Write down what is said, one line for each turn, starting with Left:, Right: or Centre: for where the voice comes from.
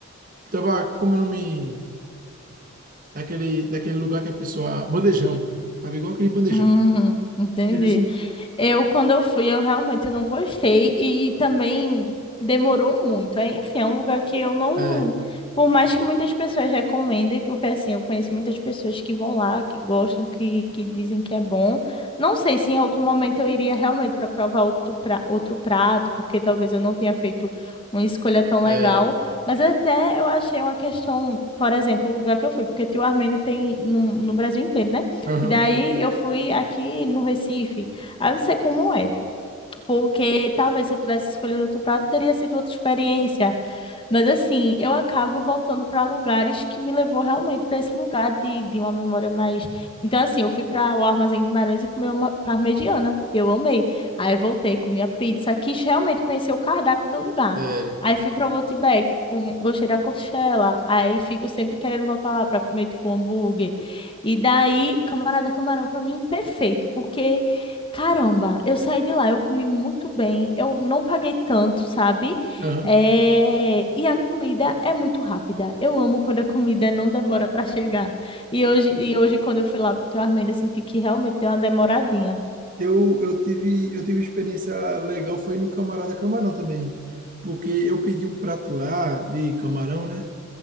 Right: Tava, como é o nome? Daquele, daquele lugar que a pessoa. Bandejão. Tava igual aquele bandejão.
Left: Hum, entendi.
Right: Beleza?
Left: Eu, quando eu fui, eu realmente não gostei e também demorou muito. É, Enfim, é um lugar que eu não,
Right: É,
Left: por mais que muitas pessoas recomendem, porque assim, eu conheço muitas pessoas que vão lá, que gostam, que, que dizem que é bom. Não sei se em outro momento eu iria realmente para provar outro, pra, outro prato, porque talvez eu não tenha feito uma escolha tão
Right: é.
Left: legal, mas até eu achei uma questão, por exemplo, o lugar que eu fui, porque tio Armênio tem no, no Brasil inteiro, né?
Right: Aham,
Left: E daí eu fui aqui no Recife. Aí eu não sei como é, porque talvez se eu tivesse escolhido outro prato, teria sido outra experiência. Mas assim, eu acabo voltando para lugares que me levou realmente para esse lugar de, de uma memória mais. Então, assim, eu fui para o Armazém de Guimarães e comi uma parmegiana. Eu amei. Aí voltei, comi a pizza, quis realmente conhecer o cardápio do lugar.
Right: é.
Left: Aí fui para o Outback, comi- gostei da coxela. Aí fico sempre querendo voltar lá para comer tipo um hambúrguer. E daí, camarada camarão para mim perfeito, porque Caramba, eu saí de lá, eu comi muito bem, eu não paguei tanto, sabe?
Right: Aham.
Left: É, e a comida é muito rápida. Eu amo quando a comida não demora para chegar. E hoje, e hoje, quando eu fui lá pro teu Armênio, eu senti que realmente deu uma demoradinha.
Right: Eu, eu tive, eu tive experiência legal, foi no Camarada Camarão também. Porque eu pedi um prato lá de camarão, né?